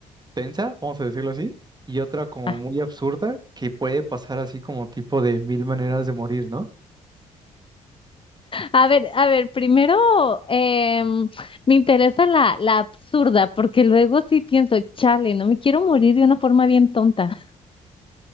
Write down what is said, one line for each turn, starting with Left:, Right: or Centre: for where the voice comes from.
Right: tensa, vamos a decirlo así, y otra como
Left: Ah,
Right: muy absurda que puede pasar así como tipo de mil maneras de morir, ¿no?
Left: A ver, a ver, primero em, me interesa la, la absurda, porque luego sí pienso, chale, no me quiero morir de una forma bien tonta.